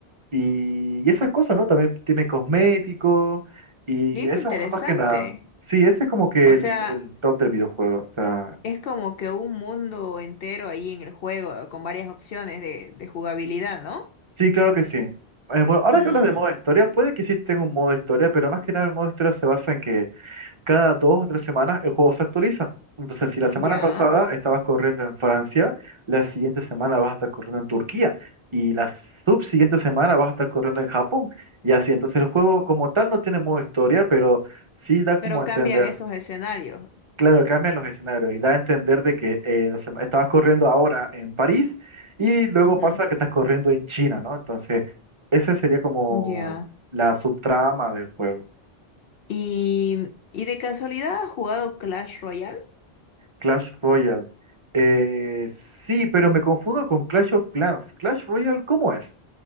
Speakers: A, on the right; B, on the left.
A: y, y esas cosas, ¿no? También tiene cosméticos y
B: Bien
A: eso
B: interesante.
A: más que nada. Sí, ese es como que
B: O
A: el,
B: sea,
A: el top del videojuego. O sea,
B: es como que un mundo entero ahí en el juego, con varias opciones de, de jugabilidad, ¿no?
A: Sí, claro que sí. Eh, bueno, ahora
B: Mm,
A: que hablas de modo historia, puede que sí tenga un modo historia, pero más que nada el modo historia se basa en que cada dos o tres semanas el juego se actualiza. Entonces, si la semana
B: ya.
A: pasada estabas corriendo en Francia, la siguiente semana vas a estar corriendo en Turquía y la subsiguiente semana vas a estar corriendo en Japón. Y así, entonces el juego como tal no tiene modo historia, pero sí da como
B: Pero
A: a
B: cambian
A: entender.
B: esos escenarios.
A: Claro, cambian los escenarios y da a entender de que eh, la sema- estabas corriendo ahora en París y luego
B: Ujú.
A: pasa que estás corriendo en China, ¿no? Entonces, esa sería como
B: Ya.
A: la subtrama del juego.
B: Y, y de casualidad has jugado Clash Royale.
A: Clash Royale. Eh, sí, pero me confundo con Clash of Clans. Clash Royale, ¿cómo es?